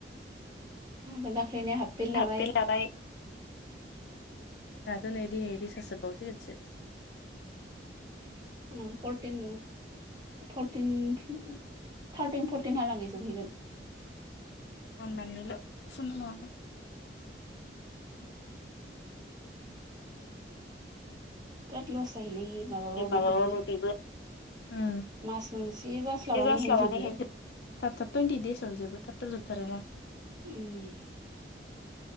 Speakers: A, on the right; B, on the left.
A: <unintelligible> पेट लाबाय
B: हाबफैलाबाय दिनै दिनै रिसार्ज सोबावनांसिगोनसो
A: <unintelligible> फर्टिन थार्टिन फर्टिनहालागै जोबहैगोन
B: <unintelligible>
A: बिराद लस जायोलै माबाबाबो
B: माबाबो
A: बेबो
B: बिबो ओ
A: मास मोनसे जास्लाबानो
B: बे जास्लाबनानैहाय
A: हेन जोबो।
B: थाब थाब टुइन्टि एइड देस आवनो जोबो थाब थब जोबथारोना
A: ओ।